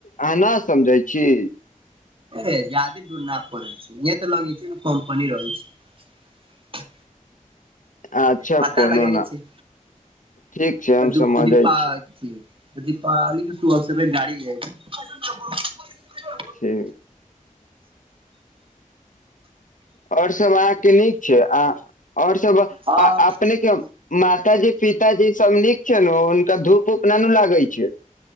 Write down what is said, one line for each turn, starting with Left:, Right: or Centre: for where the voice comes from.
Left: अहां नहि समझै छी।
Right: ए जादे दूर न पड़े छै, इह तऽ न इ कम्पनी रहै छै।
Left: अच्छा
Right: पता
Left: कोनो
Right: लगाय
Left: न
Right: छै
Left: ठीक छै
Right: त
Left: हम
Right: दु
Left: समझै
Right: दी पा
Left: छी
Right: अथी दीपाली के शुभ अवसर पर गाड़ी ले छै।
Left: ठीक। आओर सब अहाके नीक छै आ और सब
Right: हँ
Left: आ अपने के माताजी पिताजी सब नीक छै ने हुनका धूप उप ननु लागै छै।